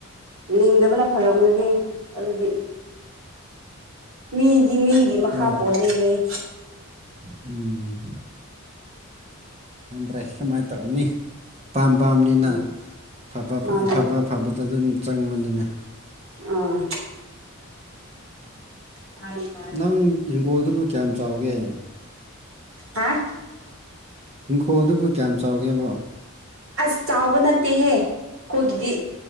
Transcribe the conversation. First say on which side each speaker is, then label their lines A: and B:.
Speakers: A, on the right; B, on the right.
A: ꯂꯤꯡꯗꯕꯅ ꯐꯔꯝꯒꯅꯤ ꯑꯗꯨꯗꯤ ꯃꯤꯒꯤ ꯃꯤꯒꯤ ꯃꯈꯥ
B: ꯍꯣꯏ
A: ꯄꯣꯜꯂꯦ
B: ꯎꯝ ꯈꯪꯗ꯭ꯔꯦ ꯁꯨꯃꯥꯏꯟ ꯇꯧꯔꯅꯤ ꯑꯄꯥꯝ ꯄꯥꯝꯅꯤꯅ
A: ꯎꯝ
B: ꯐꯕ
A: ꯃꯥꯅꯦ
B: ꯑꯐꯕ ꯑꯐꯕꯗꯣ ꯑꯗꯨꯝ ꯆꯪꯕꯅꯤꯅ
A: ꯑꯥ ꯃꯥꯅꯦ ꯃꯥꯅꯦ
B: ꯅꯪ ꯏꯪꯒꯣꯜꯗꯨꯕꯨ ꯀꯌꯥꯝ ꯆꯥꯎꯒꯦ
A: ꯍꯥ
B: ꯏꯪꯈꯣꯜ ꯑꯗꯨꯕꯨ ꯀꯌꯥꯝ ꯆꯥꯎꯒꯦꯕꯣ
A: ꯑꯁ ꯆꯥꯎꯕ ꯅꯠꯇꯦꯍꯦ ꯑꯩꯈꯣꯏꯒꯤꯗꯤ